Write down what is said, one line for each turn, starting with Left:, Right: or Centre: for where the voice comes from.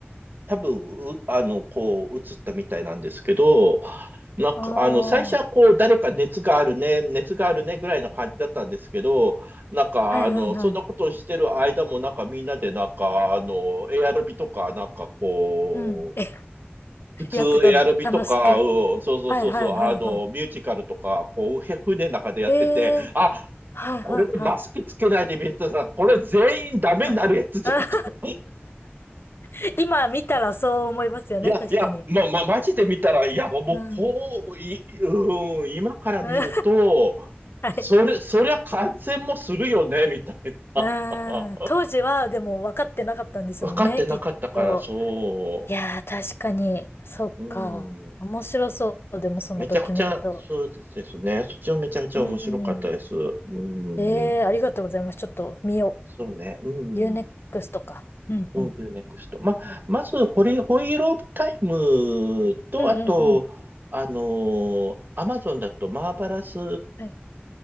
Right: 多分、うあの、こう、映ったみたいなんですけど、なんか、
Left: ああ。
Right: あの、最初はこう、誰か熱があるね、熱があるね、ぐらいな感じだったんですけど、なんか、
Left: はいはいはい。
Right: あの、そんなことをしてる間も、なんかみんなで、なんか、あの、エアロビとか、なんかこう、
Left: うん。え、<laughs>
Right: 普通エアロビとか、
Left: やってたんだ。楽しく。
Right: うん、そうそうそうそう、
Left: はいはいはいは
Right: あの、ミュージカルとか、こう、へ船の中でやってて、
Left: い。ええ
Right: あ、
Left: はいはいは
Right: これマスクつけないで見てたら、これ全員ダメになるやつじゃんとか。
Left: い。はい。あ <laughs> 今見たらそう思いますよね。
Right: いや、
Left: 確かに。
Right: いや、ま、ま、マジで見たら、いや、もう、
Left: うん。
Right: こう、い、うん、今から見ると、
Left: <laughs> はい。
Right: それ、そりゃ感染もするよね、みたい
Left: うーん。
Right: な。
Left: 当時は、でも分かってなかったんですもんね、
Right: 分かってなかったから、
Left: きっと。
Right: そ
Left: いやー、確かに、そっか。
Right: う。うん。
Left: 面白そう。でも、そのドキュメント。
Right: めちゃくちゃ、そうですね。そっちもめちゃくちゃ面白かったです。
Left: うん、うん。
Right: うん。
Left: ええー、ありがとうございます。ちょっと見よ
Right: そうね。うん。
Left: う。u n クス t か。うん、
Right: うん、
Left: うん。
Right: ユーネクスト。ま、まず、ホリ、ホイールオブタイムと、
Left: うん、
Right: あと、
Left: うん、うん。
Right: あのー、アマゾンだと、マーバラス・
Left: はい。